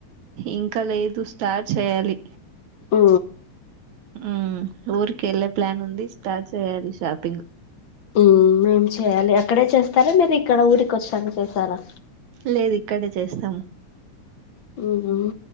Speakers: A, on the right; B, on the left.
A: ఇంకా లేదు స్టార్ట్ చేయాలి.
B: ఓ
A: హుమ్ ఊర్కి ఎల్ ప్లాన్ ఉంది స్టార్ట్ చేయాలి షాప్
B: హుమ్ మేం చేయ్యాలి అక్కడే చేస్తారా మీరు ఇక్కడ ఊరికి వచ్చినక చేస్తారా
A: లేదు ఇక్కడే చేస్తాము
B: హు హుమ్